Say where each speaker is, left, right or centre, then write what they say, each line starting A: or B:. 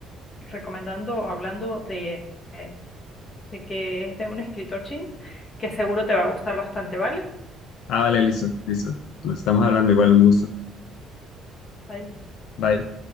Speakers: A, on the left; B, on the left.
A: recomendando, hablando de, eh, de que es de un escritor chino, que seguro te va a gustar bastante, ¿vale?
B: Ah, vale, listo, listo. Nos estamos hablando igual, un gusto.
A: Bye.
B: Bye.